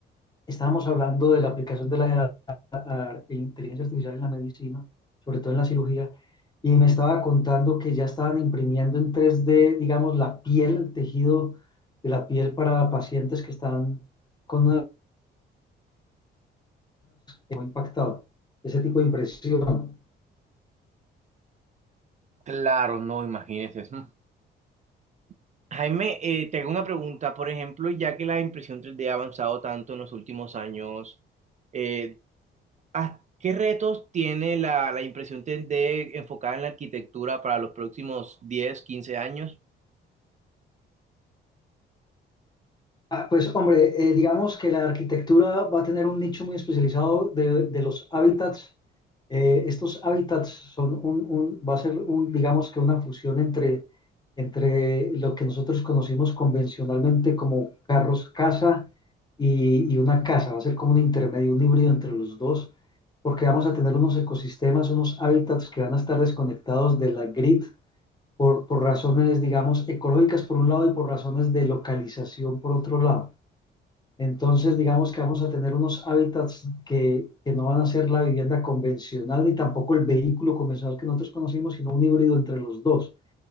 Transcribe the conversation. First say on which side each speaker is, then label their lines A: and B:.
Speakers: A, on the left; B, on the right.
A: Estábamos hablando de la aplicación de la de inteligencia artificial en la medicina, sobre todo en la cirugía, y me estaba contando que ya estaban imprimiendo en 3D, digamos, la piel, el tejido de la piel para pacientes que están con un impactado, ese tipo de impresión.
B: Claro, no, imagínense. Mm. <laughs> Jaime, eh, te hago una pregunta. Por ejemplo, ya que la impresión 3D ha avanzado tanto en los últimos años, eh, ¿A- ¿Qué retos tiene la, la impresión 3D enfocada en la arquitectura para los próximos 10 15 años?
A: Ah, Pues hombre, eh, digamos que la arquitectura va a tener un nicho muy especializado de, de los hábitats. Eh, estos hábitats son un, un- va a ser un, digamos que una fusión entre, entre lo que nosotros conocimos convencionalmente como carros casa y, y una casa. Va a ser como un intermedio, un híbrido entre los dos, porque vamos a tener unos ecosistemas, unos hábitats que van a estar desconectados de la grid por, por razones, digamos, ecológicas por un lado y por razones de localización por otro lado. Entonces, digamos que vamos a tener unos hábitats que, que no van a ser la vivienda convencional ni tampoco el vehículo convencional que nosotros conocimos, sino un híbrido entre los dos.